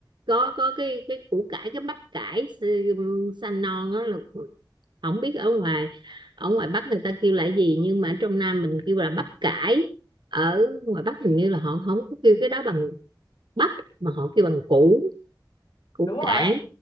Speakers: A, on the right (about 75°); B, on the left (about 75°).
A: có có cái cái củ cải cái bắp cải ừ, xanh non đó là không biết ở ngoài ở ngoài Bắc người ta kêu là gì nhưng mà ở trong Nam mình kêu là bắp cải ở ngoài Bắc hình như là họ không có kêu cái đó bằng bắp mà họ kêu bằng củ củ
B: đúng rồi
A: cải
B: ấy,